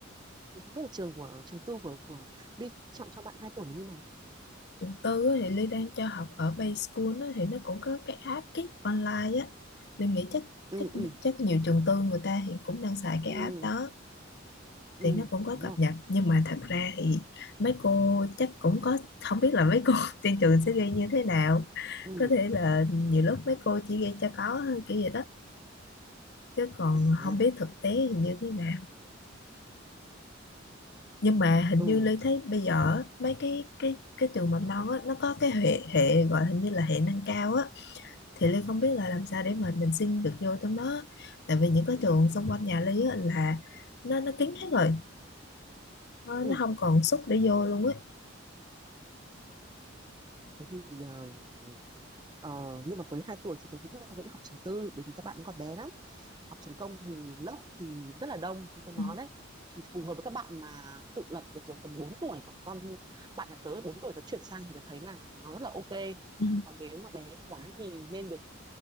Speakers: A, on the right; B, on the left.
A: thì không biết là trường của trường tư của của Ly chọn cho bạn hai tuổi là như nào
B: trường tư á, thì Ly đang cho học ở Bay School á, thì nó cũng có cái app Kids Online á Ly nghĩ chắc
A: ừ
B: chắc
A: ừ
B: chắc nhiều trường tư người ta hiện cũng đang xài cái
A: ừ
B: app đó
A: ừ
B: thì nó cũng có
A: đúng
B: cập
A: rồi
B: nhật nhưng mà thật ra thì mấy cô chắc cũng có không biết là mấy cô <laughs> trên trường sẽ ghi như thế nào
A: ừ
B: có thể là nhiều lúc mấy cô chỉ ghi cho có thôi, kiểu vậy đó chứ còn
A: à thế
B: không
A: à
B: biết thực tế thì như thế nào nhưng mà hình
A: ừ
B: như Ly thấy bây giờ á, mấy cái cái cái trường mầm non á nó có cái hệ hệ gọi hình như là hệ nâng cao á thì Ly không biết là làm sao để mà mình xin được vô trong đó tại vì những cái trường xung quanh nhà Ly á là nó nó kín hết rồi Thôi,
A: ừ
B: nó không còn suất để vô luôn ấy
A: thế thì ờ, ờ, nhưng mà với 2 tuổi thì tôi nghĩ là vẫn học trường tư bởi vì các bạn còn bé lắm học trường công thì lớp thì rất là đông tôi nói
B: Ừ.
A: đấy thì phù hợp với các bạn mà tự lập được rồi tầm bốn tuổi còn con bạn nhà tớ 4 tuổi tớ chuyển sang thì tớ thấy là nó rất là ok
B: Ừ.
A: còn nếu mà bé quá thì nên được